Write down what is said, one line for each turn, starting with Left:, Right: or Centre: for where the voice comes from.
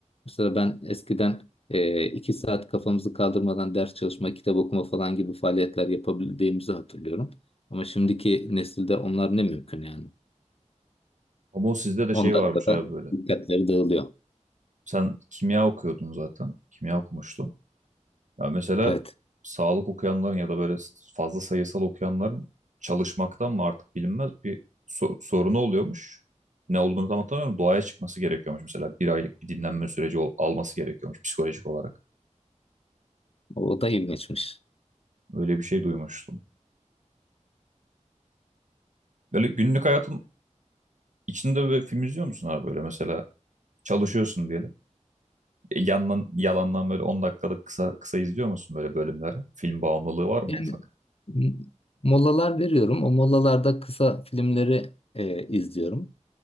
Left: Mesela ben eskiden e, iki saat kafamızı kaldırmadan ders çalışma, kitap okuma falan gibi faaliyetler yapabildiğimizi hatırlıyorum. Ama şimdiki nesilde onlar ne mümkün yani.
Right: Ama o sizde de şey
Left: 10 dakikada
Right: varmış abi böyle.
Left: dikkatleri dağılıyor.
Right: Sen kimya okuyordun zaten. Kimya okumuştun. Ya mesela
Left: Evet.
Right: sağlık okuyanların ya da böyle fazla sayısal okuyanların çalışmaktan mı artık bilinmez bir so- sorunu oluyormuş. Ne olduğunu tam hatırlamıyorum. Doğaya çıkması gerekiyormuş mesela. Bir aylık bir dinlenme süreci ol- alması gerekiyormuş psikolojik olarak.
Left: O da ilginçmiş.
Right: Öyle bir şey duymuştum. Böyle günlük hayatın içinde böyle film izliyor musun abi böyle mesela çalışıyorsun diyelim. E, Yandan, yalandan böyle 10 dakikalık kısa kısa izliyor musun böyle bölümleri? Film bağımlılığı var mı
Left: Yani
Right: ufak?
Left: m- molalar veriyorum. O molalarda kısa filmleri e, izliyorum.